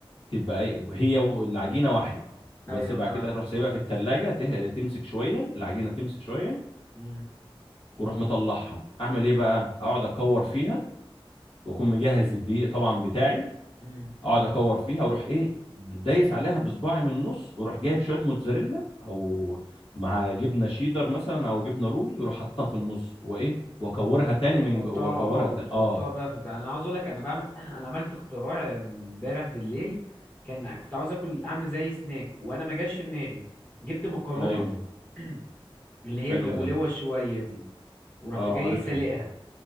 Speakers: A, on the left; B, on the left.
A: تبقى أي- هي والعجينه واحد بس
B: ايوه
A: بعد
B: فاهمك
A: كده تروح سايبها في التلاجة ته- تمسك شوية العجينة تمسك شوية
B: امم
A: وروح مطلعها أعمل إيه بقى أقعد أكور فيها وأكون مجهز الدقيق طبعا بتاعي
B: امم
A: أقعد أكور فيها وأروح إيه دايس عليها بصباعي من النص وأروح جايب شوية موتزاريلا أو مع جبنة شيدر مثلا أو جبنة رومي وأروح حاططها في النص وإيه وأكورها تاني
B: وتحطها
A: من جو وأكورها
B: اه وتحطها
A: ت... آه
B: بقى في البتاع انا عاوز اقول لك انا بعمل <clears throat> انا عملت اختراع امبارح بالليل كان كنت عاوز اكل اعمل زي سناك وانا ما جاش في دماغي جبت مكرونه
A: أيوه
B: <clears throat> اللي هي
A: حلو
B: ملولوة
A: ده
B: شوية دي ورحت
A: آه
B: جاي
A: عارفها
B: سلقها